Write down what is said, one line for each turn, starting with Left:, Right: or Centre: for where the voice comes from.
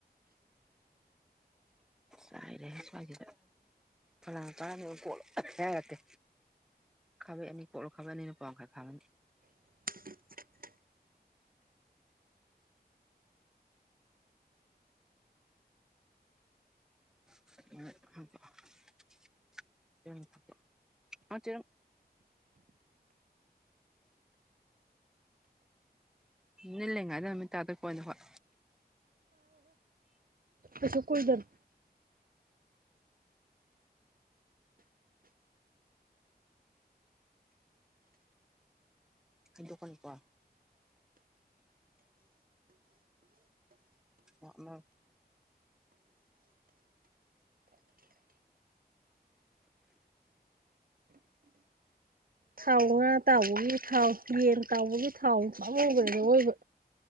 Centre: ꯆꯥꯏꯔꯦꯍꯦ ꯁ꯭ꯋꯥꯏꯁꯤꯗ ꯐꯂꯥꯡ ꯇꯥꯔꯝ ꯀꯣꯠꯂ ꯍꯥꯏꯔꯛꯀꯦ ꯈꯥꯕꯩ ꯑꯅꯤ ꯀꯣꯠꯂꯣ ꯈꯥꯕꯩ ꯑꯅꯤꯅ ꯄꯧꯋꯥ ꯃꯈꯥꯏ ꯐꯥꯕꯅꯤ
Right: <unintelligible>
Centre: <unintelligible> ꯆꯦꯅꯪ ꯊꯛꯄꯔꫭ ꯑꯥ ꯆꯦꯔꯪ ꯅꯤꯜꯂꯤ ꯉꯩꯏꯗ ꯅꯨꯃꯤ ꯇꯥꯗꯣꯏ ꯄꯣꯠꯅꯤ ꯑꯈꯣꯏ
Right: ꯀꯩꯁꯨ ꯀꯨꯏꯗꯝꯅꯦ
Centre: ꯍꯩꯗꯣꯛꯀꯅꯤ ꯀꯣ ꯑꯃ
Right: ꯊꯥꯎ ꯉꯥ ꯇꯥꯎꯕꯒꯤ ꯊꯥꯎ ꯌꯦꯟ ꯇꯥꯎꯕꯒꯤ ꯊꯥꯎ ꯊꯥꯎ ꯃꯨꯒ꯭ꯔꯦ ꯑꯑꫭꯏꯕ